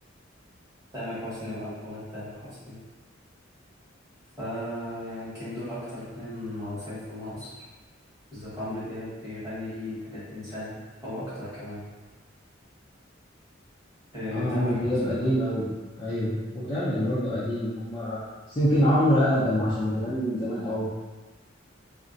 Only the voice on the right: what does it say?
تامر حسني والبومات تامر حسني فيمكن دول اكتر اتنين معروفين في مصر بالذات عمرو دياب بيغني ليه 30 سنة او اكتر كمان آه
تامر
حسني
برضه